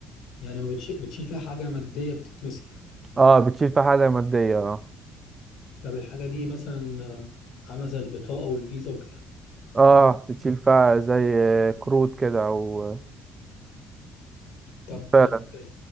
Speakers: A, on the left; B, on the right.
A: يعني ما بتشيل, بتشيل فيها حاجه ماديه بتتمسك
B: اه بتشيل فيها حاجة مادية اه
A: طب الحاجه دي مثلا آه، عامله زي البطاقه والفيزا وكده
B: اه بتشيل فيها زي كروت كده او
A: طب
B: فعلا
A: آه، ممكن